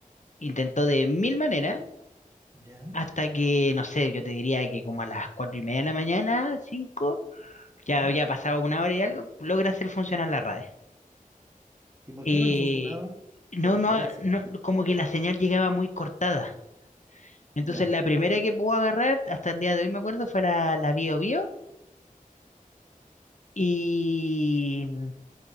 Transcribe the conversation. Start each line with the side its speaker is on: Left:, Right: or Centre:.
Left: Intentó de mil maneras.
Right: ¿Ya?
Left: Hasta que, no sé, yo te diría que como a las cuatro y media de la mañana, cinco, ya
Right: ¿Mm?
Left: había pasado una hora y algo, logra hacer funcionar la radio.
Right: ¿Y por
Left: Eh,
Right: qué no le funcionaba?
Left: no,
Right: Porque
Left: no,
Right: no había señal.
Left: no, como que la señal llegaba muy cortada. Entonces
Right: Ya,
Left: la primera que pude agarrar, hasta el día de hoy me acuerdo, fue la, la Bio Bio. Y mm,